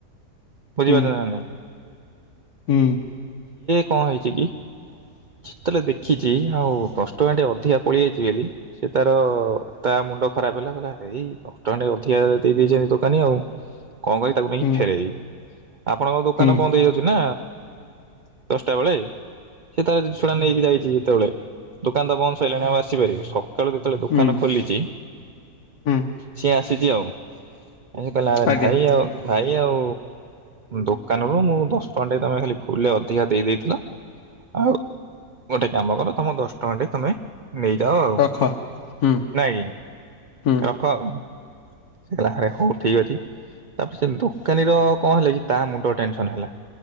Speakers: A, on the right; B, on the left.
A: ବୁଝିବ
B: ହୁଁ
A: ନା ନାଇଁ।
B: ହୁଁ।
A: କଅଁ ହେଉଛି କି। ଛିତେଲ ଦେଖିଛି ଆଉ ଦଶ ଟଙ୍କାଟିଏ ଅଧିକା ପଳି ଆଇଛି ବୋଲି ସେ ତାର ତା ମୁଣ୍ଡ ଖରାପ ହେଲା ଏଇ ଦଶଟଙ୍କା ଅଧିକା ଦେଇ ଦେଇେଇଛନ୍ତି ଦୋକାନୀ ଆଉ। କଣ କରିିବି ତାକୁ ନେଇକି
B: ହୁଁ ହୁଁ
A: ଫେରଇବି ଆପଣଙ୍କ ଦୋକାନ
B: ହୁଁ ହୁଁ ହୁଁ
A: ବନ୍ଦ ହେଇଯାଉ ସିଏନା ଦଶଟା ବେଳେ ସିଏ ତାର ଜିନିଷଟା ନେଇକି ଯାଇଛି ଯେତେବେଳେ ଦୋକାନ ତ ବନ୍ଦ ସରିଲାଣି ଆଉ ଆସିପାରିବି ସ ସକାଳୁ ଯେତେବେଳେ ଦୋକାନ
B: ହୁଁ ହୁଁ
A: ଖୋଲିଛି
B: ହୁଁ
A: ସେ ସେଥିଉ ଆଜି କାଲି
B: ଆଜ୍ଞା
A: ଭାଇ ଆଉ ଭାଇ ଆଉ ଦୋକାନରୁ ମୁଁ ଦଶ ଟଙ୍କା ଟ ତମେ ଖାଲି ଭୁଲରେ ଅଧିକା ଦେଇ ଦେଇେଇଥିଲ, ଆଉ ଗୋଟେ କାମ କର ତମ ଦଶ ଟଙ୍କା ଟା ତମେ ନେଇଯାଅ ଆଉ
B: ରଖ ହୁଁ
A: ନାଇଁ କି
B: ହୁଁ
A: ରଖ ଆଉ। ସେ କହିଲା ହରେ ହଉ ଠିକ ଅଛି ତାପ ସେ ଦୋକାନୀ ର କଣ ହେଲା କି ତା ମୁଣ୍ଡ ଟେନସନ ହେଲା।